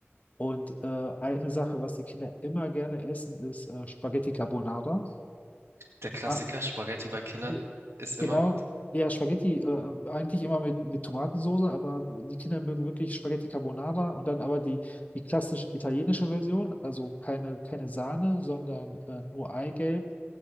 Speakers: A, on the left; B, on the right.
A: Und äh, eine Sache, was die Kinder immer gerne essen, ist äh, Spaghetti Carbonara.
B: Der Klassiker
A: Ah,
B: Spaghetti bei Kindern
A: ge-
B: ist immer
A: genau.
B: gut.
A: Ja, Spaghetti äh, eigentlich immer mit, mit Tomatensoße, aber die Kinder mögen wirklich Spaghetti Carbonara und dann aber die, die klassisch italienische Version, also keine, keine Sahne, sondern äh, nur Eigelb.